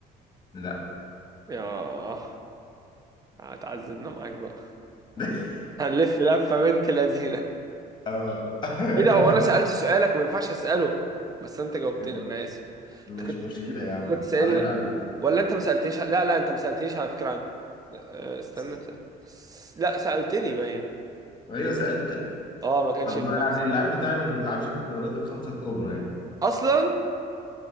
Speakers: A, on the left; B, on the right.
A: لا
B: ياه هتعذبنا معاك بقى
A: <laughs>
B: هنلف لفة بنت لذينة
A: اه <laughs>
B: ايه ده هو انا سألت سؤالك ما ينفعش اسأله بس انت جاوبتني
A: انت
B: انا اسف
A: مش
B: انت كنت
A: مشكلة يا عم
B: كنت سألني
A: حلال عليك
B: ولا انت ما سألتنيش لا لا انت ما سألتنيش على فكرة عن آه، استنى
A: س-
B: س... لا سألتني باين
A: ايوه سألتك
B: اه ما كانش
A: طب
B: ينفع
A: ما يعني اللعيب بتاعي مش بيلعبش في الدوريات الخمسة الكبرى يعني
B: اصلا